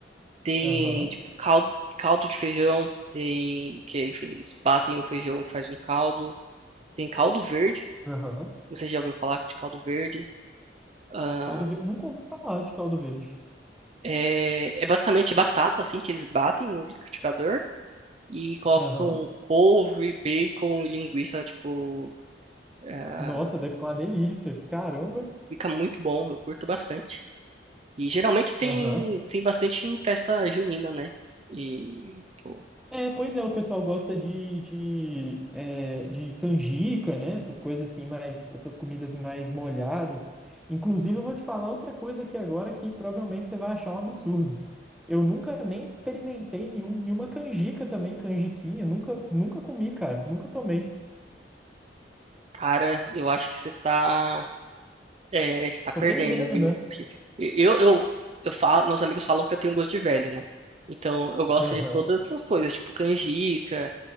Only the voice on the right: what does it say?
Tem,
tipo, caldo, caldo de feijão, tem, que, enfim, eles batem o feijão e faz um caldo. Tem caldo verde,
não sei se já ouviu falar de caldo verde. Ah,
é, é basicamente batata, assim, que eles batem no liquidificador. E colocam
couve, bacon e linguiça, tipo, ah,
fica muito bom, eu curto bastante. E geralmente tem,
tem bastante em festa junina, né? E, pô,
cara, eu acho que você tá, é, você tá
perdendo,
viu?
Porque eu, eu, eu falo, meus amigos falam que eu tenho gosto de velho, né? Então eu gosto
de todas
essas coisas, tipo canjica,